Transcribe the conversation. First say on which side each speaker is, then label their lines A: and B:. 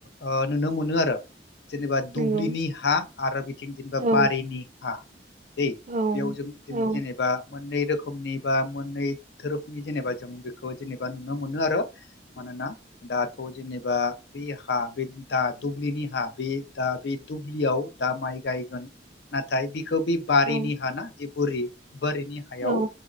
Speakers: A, on the left; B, on the right.
A: ओ नुनो मोनो आरो। जेनेबा दुब्लिनि
B: नंगौ
A: हा आरो बिथिं जेनेबा
B: औ
A: बारिनि हा दै।
B: औ
A: बेयाव जों जोङो
B: औ
A: जेनेबा मोननै रोखो मनि बा मोननै थोरोबनि जेनेबा जों बेखौ जेनेबा नुनो मोनो आरो। मानोना दाथ' जेने बा बे हा बे दा दुब्लिनि हा बे दा बे दुब्लियाव दा माइ गायगोन। नाथाय बिखो बि बारिनि
B: औ
A: हा ना जे बोरि बोरिनि हायाव
B: औ